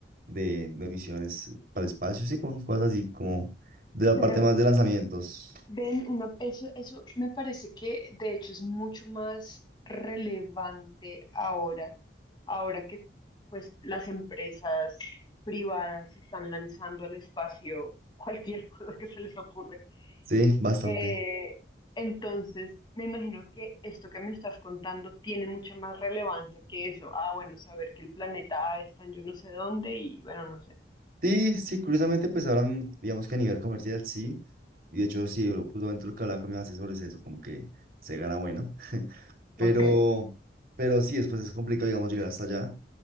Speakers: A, on the right; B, on the left.
A: de, de misiones para el espacio, sí, con cosas así como de la
B: pero...
A: parte más de lanzamientos.
B: Ven, una, eso, eso me parece que de hecho es mucho más relevante ahora, ahora que pues las empresas privadas se están lanzando al espacio cualquier <laughs> cosa que se les ocurre.
A: Sí, bastante.
B: Eh, entonces, me imagino que esto que me estás contando tiene mucha más relevancia que eso. Ah, bueno, saber que el planeta A está en yo no sé dónde y bueno, no sé.
A: Sí, sí, curiosamente, pues ahora, mm, digamos que a nivel comercial, sí. Y de hecho, sí, lo- justamente lo que hablaba con mis asesores es eso, como que se gana bueno. <laughs>
B: Ok.
A: Pero, pero sí, después es complicado, digamos, llegar hasta allá.